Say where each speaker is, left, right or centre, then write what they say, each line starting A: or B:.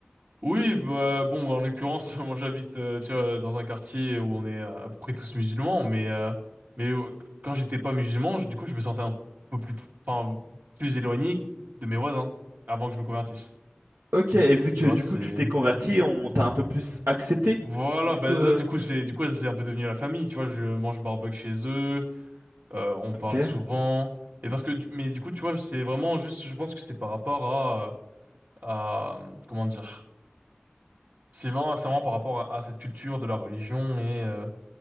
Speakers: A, on the right; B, on the right.
A: Oui, bah bon, en l'occurrence, <laughs> moi j'habite euh, tu vois, dans un quartier où on est euh, à peu près tous musulmans, mais euh, mais euh, quand j'étais pas musulman, je- du coup, je me sentais un peu plus, enfin, plus éloigné de mes voisins avant que je me convertisse.
B: Ok, et vu que
A: Tu vois,
B: du
A: c'est
B: coup tu t'es converti, on t'a un peu plus accepté.
A: voilà,
B: Du
A: bah
B: coup,
A: là,
B: euh,
A: du coup c'est du coup c'est un peu devenu la famille. Tu vois, je mange barbecue chez eux, euh, on parle
B: ok,
A: souvent, et parce que du- mais du coup tu vois, c'est vraiment juste, je pense que c'est par rapport à à comment dire. C'est vraiment, c'est vraiment par rapport à, à cette culture de la religion et, euh,